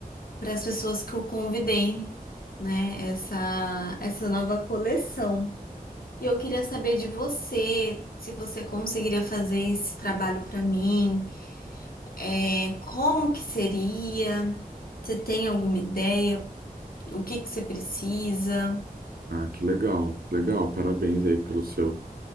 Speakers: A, on the left; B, on the right.
A: para as pessoas que eu convidei, né? Essa, essa nova coleção. E eu queria saber de você, se você conseguiria fazer esse trabalho para mim, eh, como que seria? Você tem alguma ideia? O que que você precisa?
B: Ah, que legal, legal. Parabéns aí pelo seu